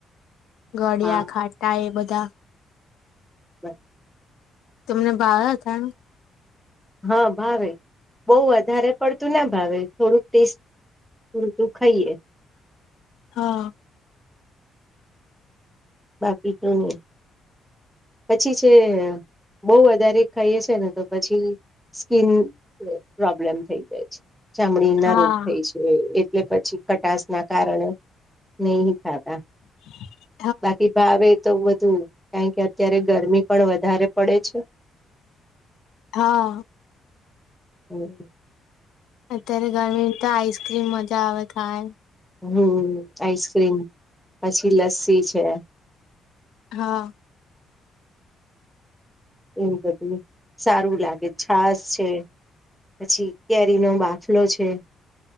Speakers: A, on the left; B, in the centre.
A: ગળિયા
B: હા
A: ખાટા એ બધા તા
B: <inaudible>
A: તમને બાવ હતા
B: હા ભાવેહુ બહુ વધારે પડતું ના ભાવે થોડુંક ટેસ્ટ પડતું ખાઈએ
A: હા
B: બાકી તો નહી પછી છે બહ વધારે ખાઈએ છે ને તો પછી સ્કીિન પ્રોબ્લેમ થઈ જાય છે ચામડી ના
A: હા
B: રોગ થાય છે કે પછી ખટાશ ના કારણે નહી ખાતા
A: <inaudible>
B: બાકી ભાવે તો વધુ. કારણ કે અત્યારે ગરમી પણ વધારે પડે છે.
A: હા
B: હમ
A: અત્યારે ગરમી તો કે મજા આવે ખાવાની.
B: હમ. આઈસક્રીમ, પછી લસ્સી છે.
A: હા
B: એવુ બધું સારું લાગે છાશ છે, પછી કેરીનો બાફલો છે.